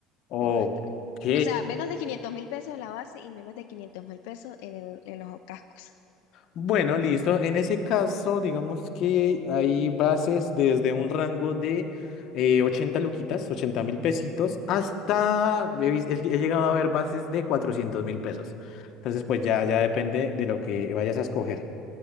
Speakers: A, on the left; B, on the left.
A: Ok.
B: puedo gastar. O sea, menos de quinientos mil pesos en la base y menos de quinientos mil pesos en el- en los cascos.
A: Bueno, listo. En ese caso, digamos que hay bases desde un rango de eh, 80 luquitas, ochenta mil pesitos, hasta he, vis- he- he llegado a ver bases de cuatrocientos mil pesos. Entonces, pues ya, ya depende de lo que vayas a escoger.